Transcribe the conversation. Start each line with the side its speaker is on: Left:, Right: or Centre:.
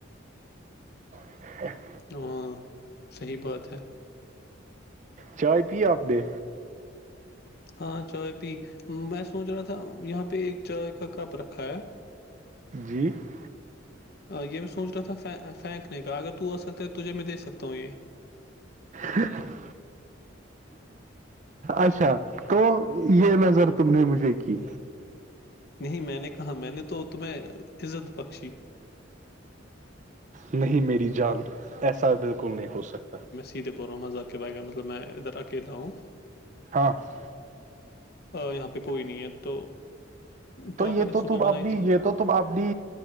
Right: <unintelligible>
Left: ہاں صحیح بات ہے
Right: چائے پی آپ ڈے
Left: ہاں چائے پی میں سوچ رہا تھا یہاں پہ ایک چائے کا کپ رکھا ہے
Right: <unintelligible>
Left: یہ میں سوچ رہا تھا پھینکنے کا اگر تو آ سکتا ہے تجھے میں دے سکتا ہوں یہ
Right: ہ <unintelligible> اچھا تو یہ نظر تم نے مجھے کی
Left: نہیں میں نے کہا میں نے تو تمہیں عزت بخشی
Right: نہیں میری جان ایسا بالکل نہیں ہو سکتا
Left: سیتے بول رہا ہوں مزہق کے بائے گ مطلب میں ادھر اکیلا ہوں
Right: <unintelligible>
Left: یہاں پہ کوئی نہیں ہے تو
Right: تو
Left: پاپا
Right: یہ
Left: نے
Right: تو
Left: صبح
Right: تم
Left: بنائی
Right: اپنی
Left: تھی
Right: یہ تو تم اپنی